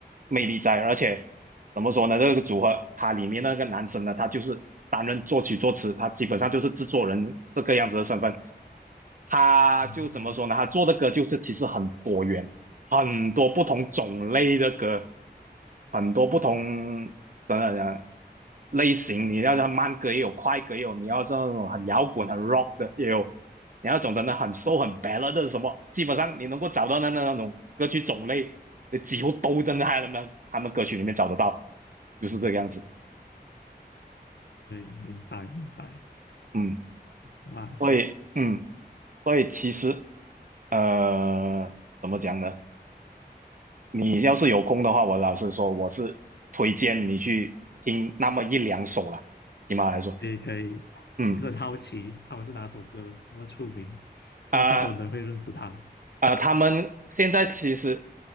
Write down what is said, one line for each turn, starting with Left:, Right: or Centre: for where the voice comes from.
Right: 魅力在。而且怎么说呢，这个组合它里面那个男生呢，他就是担任作曲作词，他基本上就是制作人这个样子的身份。他就怎么说呢？
Left: 嗯
Right: 他做的歌就是其实很多元，很多不同种类的歌，很多不同等等等类型，你要它慢歌也有，快歌也有，你要这种很摇滚、很 rock 的也有，你要种真的很
Left: 嗯，
Right: s o 很 ballad 的什么，基本上你能够找到的那那种歌曲种类，你几乎都真的在他们他们歌曲里面找得到，就是这个样子。
Left: 对，明白明白，
Right: 嗯，
Left: 哇。
Right: 所以嗯，所以其实呃，怎么讲呢？你要是有空的话，我老实说，我是推荐你去听那么一两首啦，起码来说，
Left: 可以可以，
Right: 嗯
Left: 我一直很好奇他们是哪首歌那么出名，怎么这样多人会认识他？
Right: 啊。呃，他们现在其实